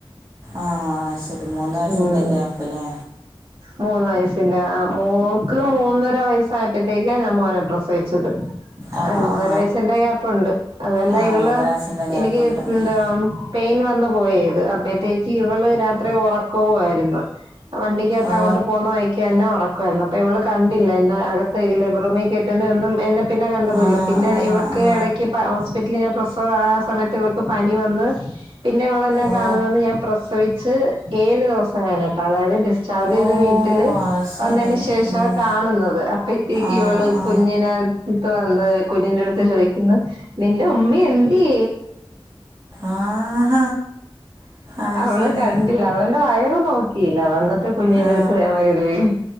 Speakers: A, on the right; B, on the right.
A: ആ അതുശരി മൂന്ന് വയസിന്റെ
B: ഉം
A: ഗ്യാപ്പിലേ
B: മൂന്ന് വയസ്സിന്റെ ആ മോക്ക് മൂന്നര വയസ്സ് പ്പത്തേക്കാണ് ഞാൻ മോനെ പ്രസവിച്ചത്.
A: ആ
B: അ മൂന്നര
A: ആ
B: വയസിന്റെ ഗ്യാപ്പുണ്ട്. അതല്ലാം
A: ആ
B: ഇവള്
A: മൂന്നര വയസ്സിൻ്റെ ഗ്യാപ്പുണ്ട്
B: എനിക്ക് എന്താ
A: ഉം.
B: പെയിൻ വന്ന് പോയത്. അപ്പോഴത്തേക്ക് ഇവള് രാത്രി ഉറക്കവുമായിരുന്നു. വണ്ടിക്കകത്ത്
A: ഓ
B: അങ്ങോട്ട് പോകുന്ന വഴി ന്നെ ഉറക്കമായിരുന്നു. അപ്പൊ ഇവള് കണ്ടില്ല എന്നെ അകത്ത് ലേബറൂമിൽ കയറ്റുന്ന ഒന്നും എന്നെ പിന്നെ കണ്ടതുല്ല,
A: ആ
B: പിന്നെ
A: ആ
B: ഇവക്ക്
A: ആ
B: ഇടയ്ക്ക് ഹോസ്പിറ്റലിൽ ഞാൻ പ്രസവം ആ സമയത്ത് ഇവക്ക് പനി വന്ന്. പിന്നെ ഇവള് എന്നെ
A: ഓ
B: കാണുന്നത് ഞാൻ പ്രസവിച്ച് ഏഴു ദിവസം കഴിഞ്ഞിട്ട് അതായത് ഡിസ്ചാർജ് ചെയ്ത്
A: ഓ
B: വീട്ടില്
A: അത് ശരി
B: വന്നതിന് ശേഷം
A: ഉം.
B: കാണുന്നത് അപ്പത്തേക്ക്
A: ആ
B: ഇവള്
A: ആ
B: കുഞ്ഞിനെ ടുത്ത് വന്ന് കുഞ്ഞിന്റെ അടുത്ത് ചോദിക്കുന്നു. നിന്റെ ഉമ്മി എന്തേ?
A: ആഹ അയ്
B: അവള്
A: ശരി.
B: കണ്ടില്ല അവളെന്റെ വയറ് നോക്കീല വന്നിട്ട് കുഞ്ഞിന്റെ
A: ആ
B: അടുത്ത്.